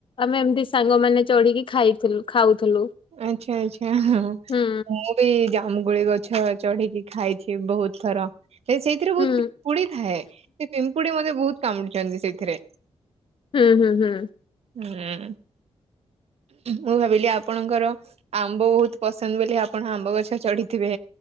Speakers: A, on the left; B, on the right.
A: ଆମେ ଏମତି ସାଙ୍ଗମାନେ ଚଢି଼ କି ଖାଇଥିଲୁ, ଖାଉଥିଲୁ।
B: ଆଚ୍ଛା, ଆଚ୍ଛା
A: ହୁଁ
B: ମୁଁ ବି ଜାମୁ କୋଳି ଗଛ ଚଢି଼ କି ଖାଇଛି, ବହୁତ ଥର। ଏ ସେଇଥିରେ ବହୁତ
A: ହୁଁ।
B: ପିମ୍ପୁଡ଼ି ଥାଏ। ସେ ପିମ୍ପୁଡ଼ି ମତେ ବହୁତ କାମୁଡ଼ିଛନ୍ତି ସେଇଥିରେ।
A: ହୁଁ ହୁଁ ହୁଁ।
B: ହୁଁ। ମୁଁ, ଭାବିଲି ଆପଣଙ୍କର ଆମ୍ବ ବହୁତ ପସନ୍ଦ ବୋଲି, ଆପଣ ଆମ୍ବ ଗଛ ଚଢି଼ ଥିବେ।